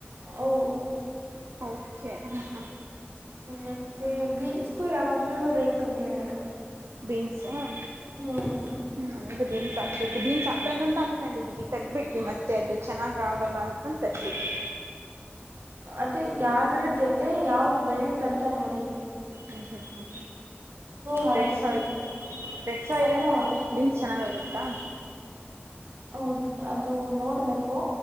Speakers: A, on the right (about 65°); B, on the right (about 85°).
A: ಹೋ.
B: ಓಕೆ ಹಾ ಹಾಂ.
A: ಮತ್ತೆ ಬೀನ್ಸ್ಗೂ ಯಾವಾಗಲೂ ರೇಟ್ ಕಮ್ಮಿ ಆಗಲ್ಲ.
B: ಬೀನ್ಸ್ ಹಾ.
A: ಹ್ಮ್.
B: ಹ್ಞೂ ಅದೇ ಬೀನ್ಸ್ ಹಾಕ್ಬೇಕು ಬೀನ್ಸ್ ಹಾಕನ ಅಂತ ಅಂದ್ಕೊಂಡಿದ್ದೀವಿ ತಗಿಬಿಟ್ವಿ ಮತ್ತೆ ಅದು ಚೆನ್ನಾಗಲ್ಲ ಅನ್ಕೊಂಡು. ತಗದು ಬಿಟ್ವಿ..
A: ಅದೇ ಯದ್ರ ಜೊತೆ ಯಾವ್ದ ಬೆಳೆಯುತ್ ಹ ನೋಡಿಮ್ಮ್,
B: ಹ್ಮ್ ಹ್ಮ್ ಹ್ಮ್
A: ಹಾಳಾಗುತ್ತೆ
B: ರೆಡ್ ಸಾಯಿಲ್ ರೆಡ್ ಸಾಯಿಲ್
A: ಅಲ್ಲ
B: ಅಲ್ಲಿ ಬ್ಲೈಂಕ್. ಚೆನ್ನಾಗಾಗುತ್ತಾ.
A: ಹೌದು ಅದು ನೋಡಬೇಕು